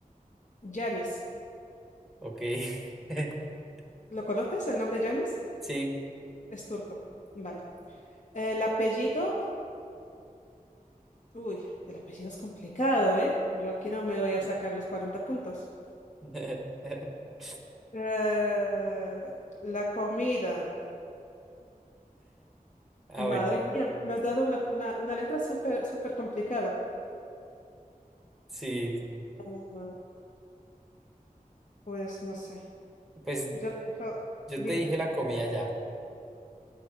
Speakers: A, on the left (about 55°); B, in the centre.
A: Yanis.
B: ok. <laughs>
A: ¿Lo conoces? ¿El nombre Yanis?
B: Sí.
A: Es turco. Vale. El apellido Uy, el apellido es complicado, ¿eh? Yo aquí no me voy a sacar los 40 puntos.
B: <laughs>
A: Eh, la comida.
B: Ah, bueno,
A: Madre mía, me has dado una, una- una letra súper, súper complicada.
B: sí.
A: Ah, pues no sé.
B: Pues
A: Yo digo,
B: yo
A: dime,
B: te dije la comida ya.